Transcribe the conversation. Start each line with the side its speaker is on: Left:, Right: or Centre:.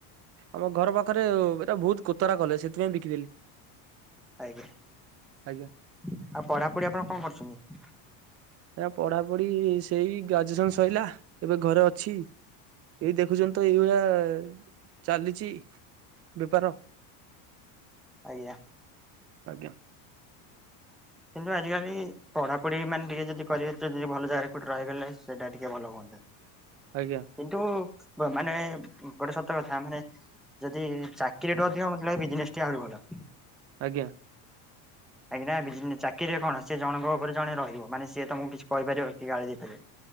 Right: ଆମ ଘର ପାଖରେ ଏଇଟା ବହୁତ କୋତରା କଲେ ସେଥିପାଇଁ ବିକିଦେଲି।
Centre: ଆଜ୍ଞା
Right: ଆଜ୍ଞା
Centre: ଆଉ ପଢାପଢି ଆପଣ କଣ କରୁଚନ୍ତି?
Right: ଆଜ୍ଞା ପଢାପଢି ସେଇ ଗ୍ରାଜୁଏସନ ସଇଲା। ଏବେ ଘରେ ଅଛି ଏଇ ଦେଖୁଚନ୍ତି ତ ଏଇଭଳିଆ ଚାଲିଚି। ବେପାର।
Centre: ଆଜ୍ଞା।
Right: ଆଜ୍ଞା।
Centre: କିନ୍ତୁ ଆଜିକାଲି ପଢାପଢି ମାନେ ଟିକେ ଯଦି କରିିବେ ଯଦି ଭଲ ଜାଗାରେ କୁଉଠି ରହିଗଲେ ସେଇଟା ଟିକେ ଭଲ ହୁଅନ୍ତା।
Right: ଆଜ୍ଞା।
Centre: କିନ୍ତୁ ମାନେ ଗୋଟେ ସତ କଥା ମାନେ ଯଦି ଚାକିରି ଠୁ ଅଧିକ ମୋତେ ଲାଗେ ବିଜନେସ ଟେ ଆହୁରି ଭଲ।
Right: ଆଜ୍ଞା।
Centre: କାହିଁକି ନା ବିଯିନେ ଚାକିରିରେ କଣ ସେ ଜଣଙ୍କ ଉପରେ ଜଣେ ରହିବ ମାନେ ସିଏ ତମକୁ କିଛି କହିପାରିବ କି ଗାଳି ଦେଇପାରିବ।